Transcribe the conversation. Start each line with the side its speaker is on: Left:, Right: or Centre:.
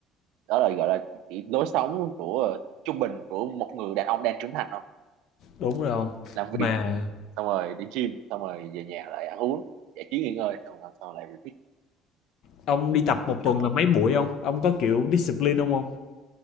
Right: Đó là gọi là chỉ lối sống của ờ, trung bình của một người đàn ông đang trưởng thành thôi.
Left: đúng rồi không
Right: Làm
Left: mà
Right: việc, xong rồi đi gym, xong rồi về nhà lại ăn uống, giải trí nghỉ ngơi, xong rồi hôm sau lại repeat
Left: Ông đi tập một tuần
Right: nữa.
Left: là mấy buổi không? Ông có kiểu discipline không ông?